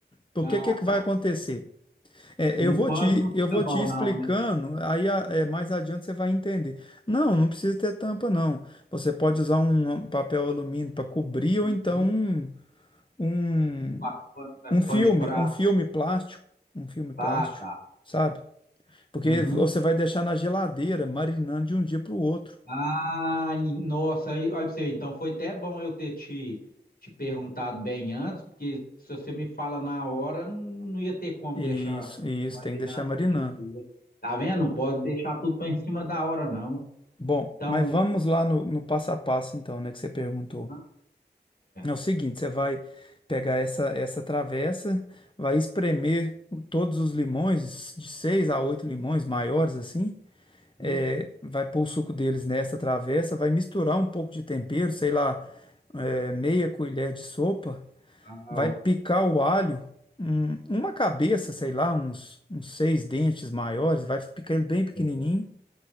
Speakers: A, on the left; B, on the left.
A: Porque
B: Ah,
A: o que que
B: tá.
A: vai acontecer? É,
B: Um
A: eu
B: pano
A: vou te,
B: não fica
A: eu vou
B: bom,
A: te explicando,
B: não, né?
A: aí a- é, mais adiante você vai entender. Não, não precisa ter tampa, não. Você pode usar um um papel alumínio para cobrir ou
B: Uhum.
A: então um, um,
B: Pa- Pano, é,
A: um filme,
B: pano de prato.
A: um filme plástico, um filme plástico,
B: Ah, tá.
A: sabe? Porque
B: Uhum.
A: você vai deixar na geladeira, marinando de um dia para o outro.
B: Ah, e- nossa, aí, olha pra você, então foi até bom eu ter te, te perguntado bem antes, porque se você me fala na hora, não, não ia ter como
A: Isso,
B: deixar
A: isso,
B: marinando
A: tem que deixar marinando.
B: um dia. pro outro. Tá vendo? Não pode deixar tudo pra em cima da hora, não.
A: Bom,
B: Então,
A: mas vamos lá no, no passo a passo, então, né, que você perguntou.
B: hã?
A: É o
B: certo.
A: seguinte, você vai pegar essa, essa travessa, vai espremer todos os limões, de seis a oito limões maiores, assim,
B: Hum,
A: é, vai pôr o suco deles nessa travessa, vai misturar um pouco de tempero, sei lá, é, meia colher de sopa,
B: tal.
A: vai picar o alho, um- uma cabeça, sei lá, uns, uns seis dentes maiores, vai picar ele bem pequenininho,
B: É,